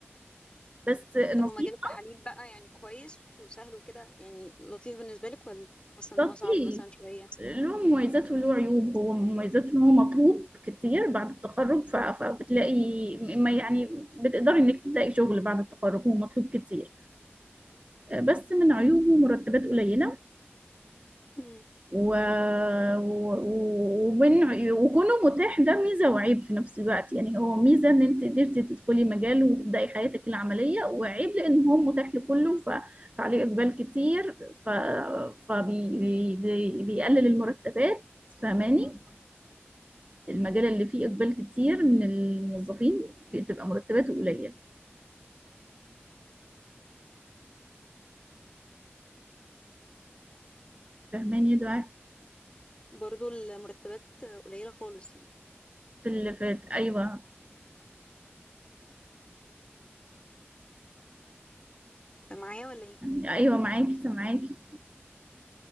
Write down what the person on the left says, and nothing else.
طب ومجال التحاليل بقى يعني كويس وسهل وكده يعني لطيف بالنسبة لك ولا حاسة ان
هو صعب مثلا شوية
امم
برضو المرتبات قليلة خالص يعني
معايا ولا ايه